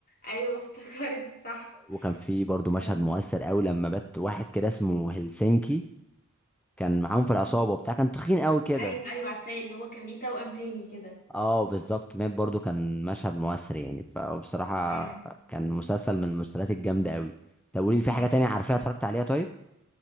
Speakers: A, on the left; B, in the centre.
A: ايوه افتكرت صح
B: وكان في برضه مشهد
A: ايوه
B: مؤثر قوي لما بات واحد كده اسمه هلسنكي كان معاهم في العصابه وبتاع كان تخين قوي كده
A: ايوه ايوه عارفاه اللي هو كان ليه توأم تاني كده
B: اه بالظبط مات برضو كان مشهد مؤثر يعني فبصراحة
A: مم.
B: كان مسلسل من المسلسلات الجامدة قوي طب قولي لي في
A: ايوه
B: حاجة تانية عارفاها اتفرجت عليها طيب